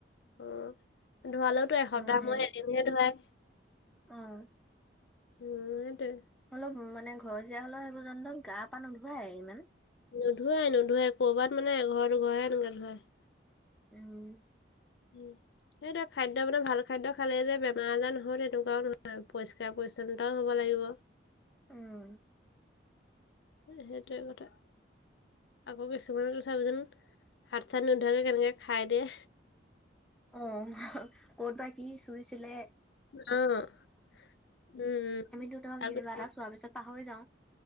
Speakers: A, on the left; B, in the centre.
A: উ, ধোৱালেওতো এসপ্তাহ
B: আহে
A: ময় এদিনহে ধুৱাই।
B: অ'।
A: উম সটো।
B: অলপ মানে ঘৰচীয়া হ'লেও সেইবোৰজন গা পা নোধুৱাই ইমান।
A: নোধোৱাই নোধোৱৱাই ক'ৰবাত মানে ঘৰটো ঘৰে এনেকে ধুৱাই।
B: উম।
A: উম। সেইটো খাদ্য বানে ভাল খাদ্য খালেই যে বেমাৰ আজাৰ নহয় তেনেকুৱাও নহয় পৰিষ্কাৰ পৰিচ্ছন্নতাও হ'ব লাগিব।
B: উম।
A: সেইটোৱে কথা। আকৌ কিছুমান চাজন হাত চাত নোধোৱাকৈ কেনেকৈ খাই দিয়ে।
B: অ' ক'ত বা কি চুইছিলে।
A: অ'। উম,
B: আমি দুটাও
A: তাৰপিছত
B: কিবা এটা চোৱাৰ পিছত পাহৰি যাওঁ।